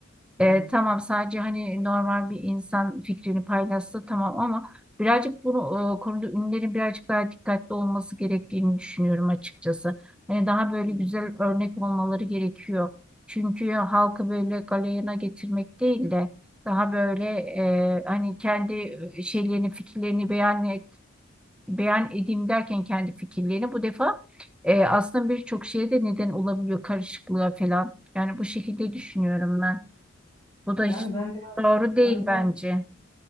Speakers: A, on the left (about 20°); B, in the centre.
A: hı.
B: E, tamam sadece hani normal bir insan fikrini paylaşsa tamam ama birazcık bunu e, konuda ünlülerin birazcık daha dikkatli olması gerektiğini düşünüyorum açıkçası. Hani daha böyle
A: hı.
B: güzel örnek olmaları gerekiyor. Çünkü halkı böyle galeyana getirmek değil de daha böyle e, hani kendi şeylerini fikirlerini beyan et, beyan edeyim derken kendi fikirlerini bu defa e, aslında birçok şeye de neden olabiliyor karışıklığa falan. Yani bu şekilde düşünüyorum ben. Bu da hiç
A: Yani ben biraz
B: doğru değil
A: ben biraz
B: bence.